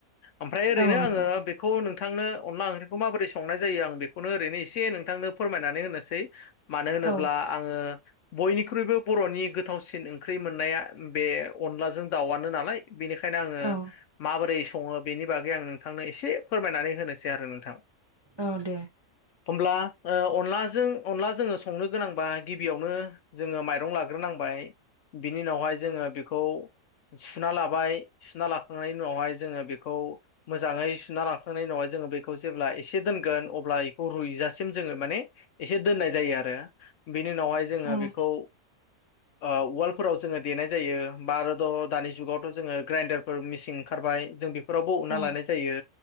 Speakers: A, on the left (about 65°); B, on the right (about 25°).
A: ओमफ्राय ओरैनो
B: औ नंगौ
A: आङो बे बेखौ नोंथांनो अनला ओंख्रिखौ माबोरै संनाय जायो आं बेखौनो ओरैनो एसे नोंथांनो फोरमायनानै होनोसै। मानो होनोब्ला
B: औ
A: आङो बयनिख्रुइबो बर'नि गोथावसिन ओंख्रि मोननाया बे अनलाजों दाउआनो नालाय। बेनिखायनो आङो
B: औ
A: माबोरै सङो बेनि बागै आं नोंथांनो एसे फोरमायनानै होनोसै आरो नोंथां।
B: औ दे।
A: होब्ला ओ अनलाजों अनला जोङो संनो गोनांबा गिबियावनो जोङो माइरं लाग्रोनांबाय बिनि उनावहाय जोङो बेखौ सुना लाबाय सुना लाखांनायनि उनावहाय जोङो बेखौ मोजाङै सुना लांखांनायनि उनावहाय जोङो बेखौ जेब्ला एसे दोनगोन अब्ला इखौ रुइजासिम जोङो माने एसे दोननाय जायो आरो बिनि उनावहाय जोङो
B: औ
A: बेखौ उवालफोराव जोङो देनाय जायो ब आरो द' दानि जुगावथ' जोङो ग्राइन्डार फोर मिसिं ओंखारबाय जों बेफोरावबो उनना
B: औ
A: लानाय जायो